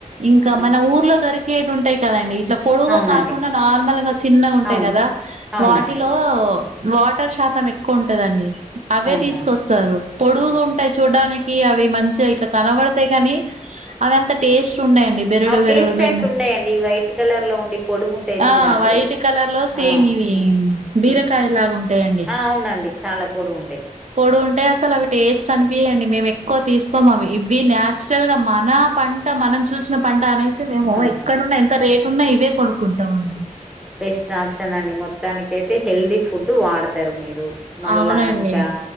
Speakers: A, on the right (about 55°); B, in the centre.
A: ఇంకా
B: ఆ
A: మన ఊర్లో దొరికేటు ఉంటాయి కదండి ఇట్లా పొడుగుగా
B: అవునండి
A: కాకుండా నార్మల్గా చిన్నగా ఉంటాయి
B: అవును
A: కదా
B: అవునండి
A: వాటిలో వాటర్ శాతం ఎ క్కువుంటది అని అవే
B: అవునండి
A: తీసుకొస్తారు పొడుగుగా
B: అవును
A: ఉంటాయి చు అవి మంచిగా ఇట్లా కనబడితయి కానీ అవి అంత టేస్ట్ ఉయండి బెరుడు
B: అవి
A: బెరుడు
B: టేస్ట్
A: బె
B: అయితుండయండి వైట్ కలర్ లో ఉండి పొడుగుంటాయి
A: హ
B: చూడండి
A: వైట్ కలర్ లో సేమ్
B: ఆ
A: ఇవి బీరకాయ
B: ఉమ్
A: లాగా ఉంటాయండి
B: ఆ అవునండి చాలా పొడుగుంటాయి
A: పొడు ఉంటాయి అసలు అవి టేస్ట్ అనిపియ్యవండి మేము ఎక్కువ తీసుకోమము ఇవి నచురల్ గా మన పంట మనం చూసిన పంట అనేసి మేము
B: అవునండి
A: ఎక్కడున్న ఎంత రేటు ఉన్నా ఇవే కొనుక్కుంటంఅండి
B: బెస్ట్ ఆప్షన్ అండి మొత్తానికి అయితే హెల్దీ ఫుడ్ వాడతారు మీరు మళ్ళా
A: అవునండి
B: ఇంకా